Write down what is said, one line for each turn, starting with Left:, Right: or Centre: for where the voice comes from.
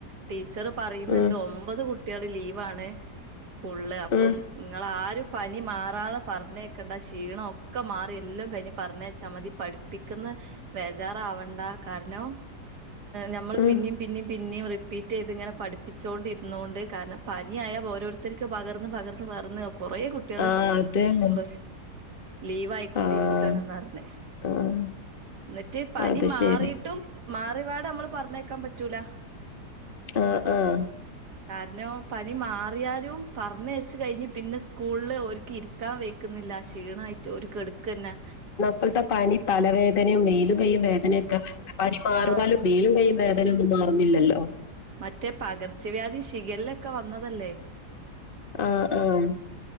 Right: ടീച്ചറ് പറയുന്ന്ണ്ട്
Left: ഉം
Right: ഒമ്പത് കുട്ടിള് ലീവാണ് സ്കൂളില് അപ്പം
Left: ഉം
Right: ങ്ങളാരും പനി മാറാതെ. പറഞ്ഞയ്ക്കണ്ട ക്ഷീണം ഒക്കെ മാറി എല്ലും കഴിഞ്ഞ് പറഞ്ഞയ്ചാമതി പഠിപ്പിക്ക്ന്ന് വേജാറാവണ്ട. കാരണം ഞമ്മൾ
Left: ഉം
Right: പിന്നി പിന്നിം പിന്നിം റിപ്പീറ്റ്യ്ത് ഇങ്ങനെ പഠിപ്പിചോണ്ടിരുന്നോണ്ട് കാരണം പനിയായൽ ഓരോരു. ത്തിനിക്ക് പകർന്ന് പകർന്ന് പകർന്ന് കുറേ കുട്
Left: ആഹ് അതന്നെ
Right: സ്കൂള് ലീവായിക്കൊണ്ടിരിക്കാണ്
Left: ആഹ്
Right: ന്നാർഞ്ഞേ
Left: ആഹ്
Right: ന്നറ്റ് പനി
Left: അത്
Right: മാറിട്ടും
Left: ശരി
Right: മാറിപാട് മ്മള് പറഞ്ഞേയ്ക്കാൻ പറ്റൂല.
Left: ആ ആഹ്
Right: കാരണം. പനി മാറിയാലും പറഞ്ഞയ്ച്ച് കഴിഞ്ഞ് പിന്നെ സ്കൂളില് ഓരിക്ക് ഇരി ക്കാൻ വെയ്ക്കുന്നില്ല ക്ഷീണായിട്ട് ഓര് കെടക്കന്നെ.
Left: ഇപ്പത്തെ പനി തലവേദനയും മേലുകൈയും വേദനയൊക്കെ പനി മാറുന്നാലും
Right: ആഹ്
Left: മേലുകൈയും വേദന നൊന്നും മാറുന്നില്ലല്ലോ.
Right: മറ്റേ പകർച്ചവ്യാധി ശിഖല്ലക്കെ വന്നതല്ലേ.
Left: ആഹ് ആഹ്